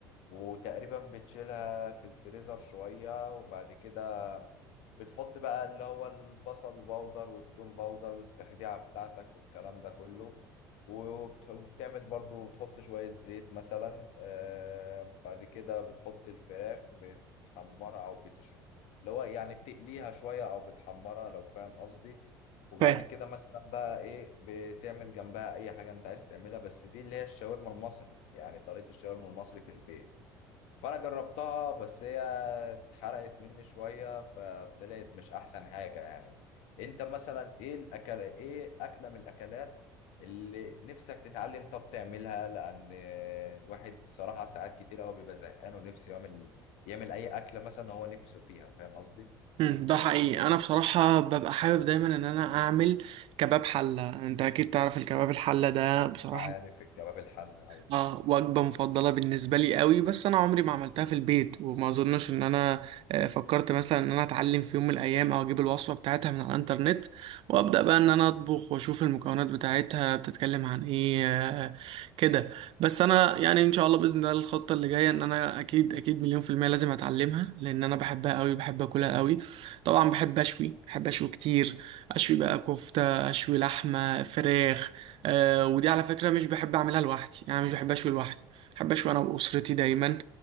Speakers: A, on the left; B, on the right.
A: وتقريبا بتشيلها في الفريزر شوية وبعد كده بتحط بقى اللي هو البصل باودر والثوم باودر والتخديعة بتاعتك والكلام ده كله وبت- وبتعمل برضو بتحط شوية زيت مثلا آه بعد كده بتحط الفراخ بتحمرها أو بتشوي اللي هو يعني بتقليها شوية أو بتحمرها لو فاهم قصدي وبعد
B: فاهم
A: كده مثلا بقى ايه بتعمل جنبها اي حاجة انت عايز تعملها بس دي اللي هي الشاورما المصري يعني طريقة الشاورما المصري في البيت فانا جربتها بس هي اتحرقت مني شويه فطلعت مش احسن حاجه يعني انت مثلا ايه الاكله ايه اكله من الاكلات اللي نفسك تتعلم طب تعملها لان الواحد بصراحه ساعات كتير قوي بيبقى زهقان ونفسه يعمل يعمل اي اكله مثلا هو نفسه فيها فاهم قصدي
B: مم، ده حقيقي انا بصراحه ببقى حابب دايما ان انا اعمل كباب حله انت اكيد تعرف الكباب الحله ده بصراحه
A: عارف الكباب الحل ايوه
B: اه وجبة مفضلة بالنسبة لي قوي بس انا عمري ما عملتها في البيت وما اظنش ان انا آه، فكرت مثلا ان انا اتعلم في يوم من الايام او اجيب الوصفة بتاعتها من على الانترنت وابدا بقى ان انا اطبخ واشوف المكونات بتاعتها بتتكلم عن ايه آه، كده بس انا يعني ان شاء الله باذن الله الخطة اللي جاية ان انا اكيد اكيد مليون في المية لازم اتعلمها لان انا بحبها قوي بحب اكلها قوي طبعا بحب اشوي بحب اشوي كتير اشوي بقى كفتة اشوي لحمة فراخ آه ودي على فكرة مش بحب أعملها لوحدي يعني مش بحب أشوي لوحدي بحب أشوي أنا وأسرتي دايما